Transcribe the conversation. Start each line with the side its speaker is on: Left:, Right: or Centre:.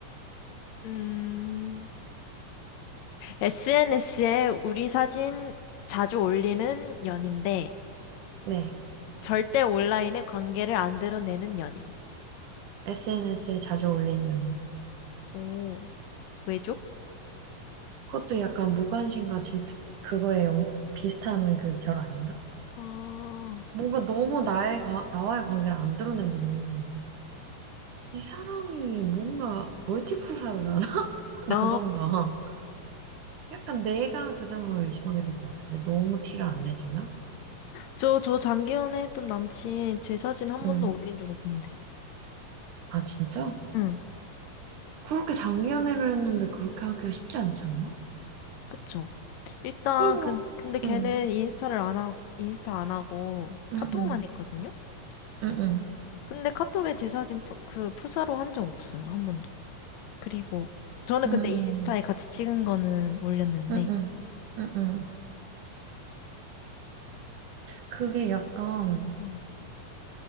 Left: 음, SNS에 우리 사진 자주 올리는 연인데,
Right: 네.
Left: 절대 온라인에 관계를 안 드러내는 연인.
Right: SNS에 자주 올린 연인.
Left: 오, 왜죠?
Right: 그것도 약간 무관심과 질투, 그거에 영- 비슷한 그 결 아닌가?
Left: 어,
Right: 뭔가 너무 나의, 가- 나와의 관계를 안 드러내면은 이 사람이 뭔가 멀티포사를 하나? <laughs>
Left: 나
Right: 라던가. 약간 내가 그 사람을 의심하게 될 것 같은데. 너무 티를 안 내주면?
Left: 저, 저 장기연애 했던 남친 제 사진 한 번도
Right: 음.
Left: 올린 적 없는데.
Right: 아, 진짜?
Left: 응,
Right: 그렇게 장기 연애를 했는데 그렇게 하기가 쉽지 않지 않나?
Left: 그쵸? 일단,
Right: 그럼,
Left: 근, 근데 걔는
Right: 응,
Left: 인스타를 안 하고, 인스타 안 하고
Right: 응,
Left: 카톡만
Right: 응,
Left: 했거든요?
Right: 응, 응,
Left: 근데 카톡에 제 사진 푸, 그 프사로 한 적 없어요. 한 번도. 그리고 저는
Right: 응,
Left: 근데 인스타에 같이 찍은 거는 올렸는데.
Right: 응, 응, 응, 응. 그게 약간
Left: 음.